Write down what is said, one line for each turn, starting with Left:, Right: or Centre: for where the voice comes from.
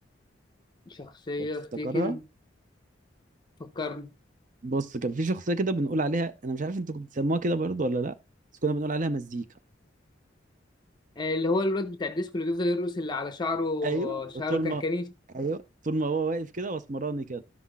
Left: شخصيه
Right: تفتكرها
Left: في تيكن فكرني
Right: بص كان في شخصيه كده بنقول عليها انا مش عارف انتوا كنتوا بتسموها كده برضو ولا لا بس كنا بنقول عليها مزيكا
Left: اللي هو الواد بتاع الديسكو اللي بيفضل يرقص اللي على شعره
Right: ايوه
Left: شعره
Right: طول
Left: كان
Right: ما
Left: كنيف
Right: ايوه طول ما هو واقف كده واسمراني كده